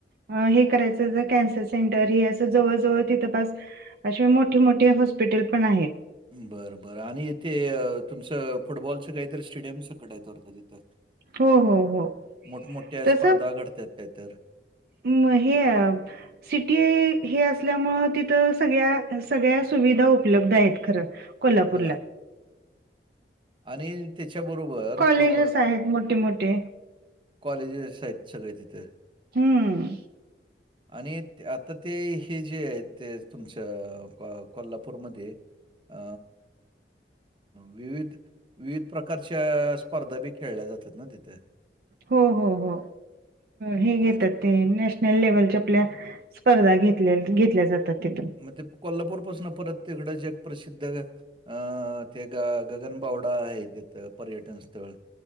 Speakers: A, on the right (about 55°); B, on the right (about 30°).
A: हं हे करायचं जर कॅन्सर सेंटर हे असं जवळ, जवळ तिथं पास अशे मोठे, मोठे हॉस्पिटल पण आहेत
B: बरं, बरं आणि ते तुमचं फुटबॉलचं काहीतरी स्टेडियम सकट आहेत वाटतं तिथं
A: हो हो हो
B: मोठमोठ्या स्पर्धा
A: तसं
B: घडतात काहीतर
A: म हे अ सिटी हे असल्यामुळे तिथं सगळ्या, सगळ्या सुविधा उपलब्ध आहेत खरं कोल्हापूरला
B: बरं आणि त्याच्याबरोबर
A: कॉलेजेस
B: तो
A: आहेत मोठे, मोठे
B: कॉलेजेस आहेत सगळे तिथं
A: हम्म
B: आणि आता ते हे जे आहेत ते तुमच्या कोल्हापूरमध्ये आ विविध, विविध प्रक कारच्या स्पर्धा बी खेळल्या जातात ना तिथ
A: हो, हो, हो हे
B: अ,
A: घेतात ते नॅशनल लेव्हलच्या आपल्या स्पर्धा घेतल्यात घेतल्या जातात तिथं
B: मग ते कोल्हापूर पासून परत तिकडं जग प्रसिद्ध अं ते ग गगनबावडा आहे तिथं पर्यटन स्थळ